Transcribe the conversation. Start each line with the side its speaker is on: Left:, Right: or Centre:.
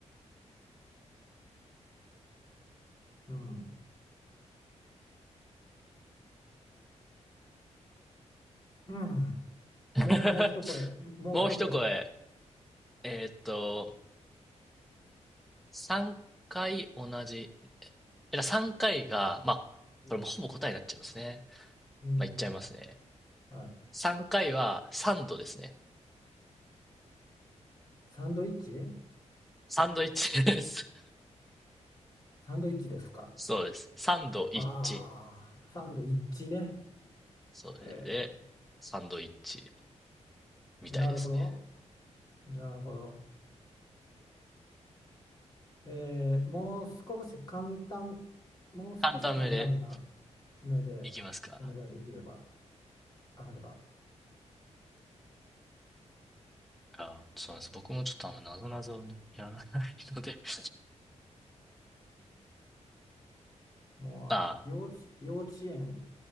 Left: うん。うん。もう、
Centre: <laughs>
Left: もう一声、もう一声。
Centre: もう一声。えーっと、3回同じ。えら、3回が、まあ、
Left: うん。
Centre: これもほぼ答えになっちゃいますね。
Left: うん。
Centre: まあ、言っちゃいますね。
Left: はい。
Centre: 3回は、サンドですね。
Left: サンドイッチ
Centre: サンドイッチです。
Left: サンドイッチですか。
Centre: <laughs> そうです。サンドイッチ。
Left: ああ、サンドイッチね。
Centre: それで、
Left: へえ、
Centre: サンドイッチ。みたいですね。
Left: なるほど。なるほど。えー、もう少し簡単、もう少し簡単な
Centre: 簡単めで
Left: 目でお願いできれば、
Centre: いきますか。
Left: あれば、
Centre: あそうなんです。僕もちょっとあんま謎々をね、やらないので。<laughs>
Left: もうあの、
Centre: ああ、
Left: 幼稚、幼稚園